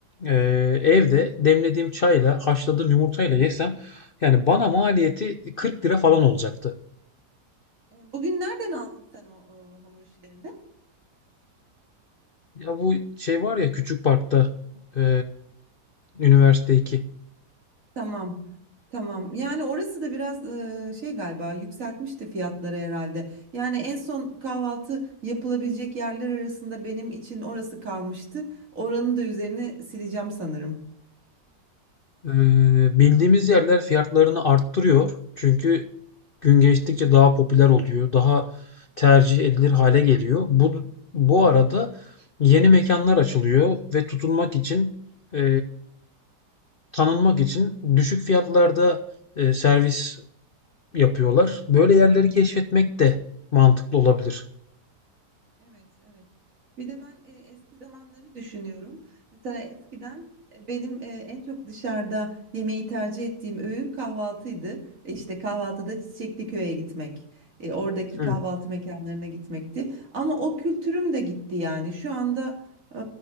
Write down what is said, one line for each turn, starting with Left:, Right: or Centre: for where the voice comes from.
Left: e, evde demlediğim çayla haşladığım yumurtayla yesem yani bana maliyeti 40 lira falan olacaktı.
Right: Ee, bugün nereden aldın sen o, o hamur işlerini?
Left: Ya bu şey var ya Küçük Park'ta e, Üniversite 2.
Right: Tamam. Tamam. Yani orası da biraz e, şey galiba yükseltmişti fiyatları herhalde. Yani en son kahvaltı yapılabilecek yerler arasında benim için orası kalmıştı. Oranın da üzerine sileceğim sanırım.
Left: Ee, bildiğimiz yerler fiyatlarını arttırıyor. Çünkü gün geçtikçe daha popüler oluyor. Daha tercih edilir hale geliyor. Bu, bu arada yeni mekanlar açılıyor ve tutunmak için e, tanınmak için düşük fiyatlarda e, servis yapıyorlar. Böyle yerleri keşfetmek de mantıklı olabilir.
Right: Evet, evet. Bir de ben e, eski zamanları düşünüyorum. Mesela eskiden e, benim e, en çok dışarıda yemeği tercih ettiğim öğün kahvaltıydı. E, İşte kahvaltıda çiçekli köye gitmek, e, oradaki
Left: Hı.
Right: kahvaltı mekanlarına gitmekti. Ama o kültürüm de gitti yani. Şu anda e,